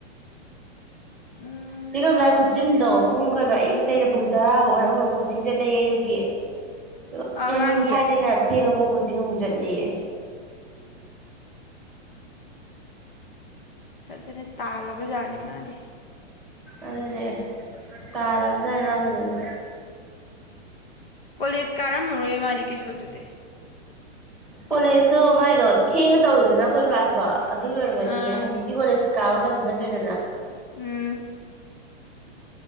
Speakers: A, on the left (about 45°); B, in the centre.
A: ꯎꯝ
B: ꯆꯦ ꯀꯃꯥꯂꯥ ꯈꯨꯠꯆꯤꯟꯗꯣ ꯄꯨꯡ ꯈꯔ ꯑꯌꯨꯛ ꯑꯇꯩꯗ ꯄꯨꯡ ꯇꯔꯥꯐꯥꯎ ꯍꯥꯏꯕ ꯐꯥꯎ ꯀꯣꯆꯤꯡ ꯆꯠꯂꯌꯦ ꯑꯌꯨꯛꯀꯤ ꯄꯨꯡ
A: ꯑꯉꯥꯡꯒꯤ
B: ꯑꯅꯤ ꯃꯈꯥꯏꯗꯩꯅ ꯊꯦꯡꯉꯕꯥꯎ ꯀꯣꯆꯤꯡ ꯆꯠꯂꯤꯌꯦ <unintelligible>
A: ꯐꯖꯅ ꯇꯥꯜꯂꯕꯖꯥꯠꯅꯤ ꯃꯥꯗꯤ
B: ꯑꯗꯨꯅꯦ ꯇꯥꯜꯂꯕꯖꯥꯠꯅꯤ ꯃꯥ ꯐꯖꯅ
A: ꯀꯣꯂꯦꯖ ꯀꯥꯔꯝ ꯃꯔꯣꯏꯌꯦ ꯃꯥꯗꯤ ꯀꯦꯁꯣꯗꯨꯨꯗꯤ
B: ꯀꯣꯔꯦꯁ ꯇꯣ ꯃꯥꯏꯗꯣ ꯊꯦꯡ ꯇꯧꯋꯤꯗꯅ ꯑꯩꯈꯣꯏ ꯀ꯭ꯂꯥꯁꯇꯣ ꯑꯗꯨ ꯌ ꯑꯣꯏꯔꯝꯒꯅꯤꯌꯦ
A: ꯑꯥ
B: ꯍꯧꯖꯤꯛꯇꯤ ꯀꯣꯂꯦꯖ ꯀꯥꯕ ꯃꯇꯝ ꯅꯠꯇꯦꯗꯅ
A: ꯎꯝ